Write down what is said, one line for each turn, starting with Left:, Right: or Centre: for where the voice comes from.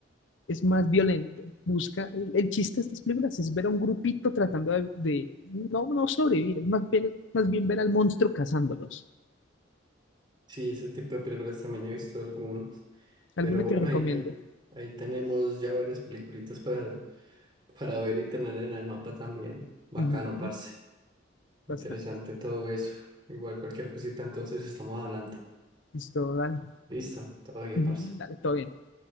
Left: es más violento. Busca, el, el chiste de estas películas es ver a un grupito tratando de, de- no, no sobrevivir, es más, ver- más bien ver al monstruo cazándolos.
Right: Sí, ese tipo de películas también he visto algunas. Pero
Left: ¿Alguna
Right: bueno,
Left: que recomiende?
Right: ahí, ahí, ahí tenemos ya varias peliculitas para, para ver y tener en el mapa también. Bacano,
Left: Ujú,
Right: parce. Interesante
Left: bastante.
Right: todo eso. Igual cualquier cosita, entonces estamos hablando.
Left: Listo, dale.
Right: Listo, todo bien,
Left: Ujú,
Right: parce.
Left: dale, todo bien.